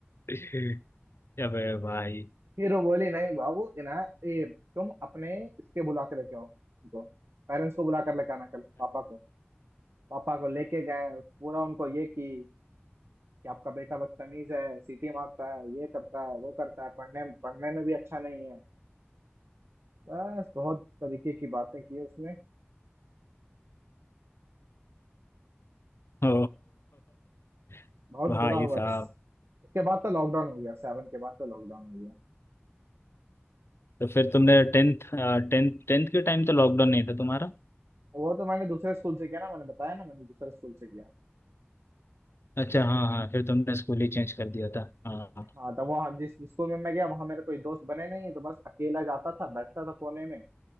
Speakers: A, on the left; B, on the right.
A: <laughs> अबे भाई
B: फिर वो बोली नहीं बाबू इना ये तुम अपने इसके बुला के लेके आओ उनको पेरेंट्स को बुला कर लेके आना कल पापा को पापा को लेके गए पूरा उनको ये की कि आपका बेटा बदतमीज है सीटी मारता है ये करता है वो करता है पढ़ने पढ़ने में भी अच्छा नहीं है बस बहुत तरीके की बातें की उसने
A: ओ <laughs>
B: बहुत
A: भाई
B: बुरा हुआ
A: साहब
B: उसके बाद तो लॉकडाउन हो गया सेवन के बाद तो लॉकडाउन हो गया
A: तो फिर तुमने टेंथ टेंथ टेंथ के टाइम तो लॉकडाउन नहीं था तुम्हारा
B: वो तो मैंने दूसरे स्कूल से किया ना मैंने बताया ना मैंने दूसरे स्कूल से किया
A: अच्छा हाँ हाँ फिर तुमने स्कूल ही चेंज कर दिया था हाँ हाँ।
B: हाँ तो वो हम जिस स्कूल में मैं गया वहां मेरे कोई दोस्त बने नहीं तो बस अकेला जाता था बैठता था कोने में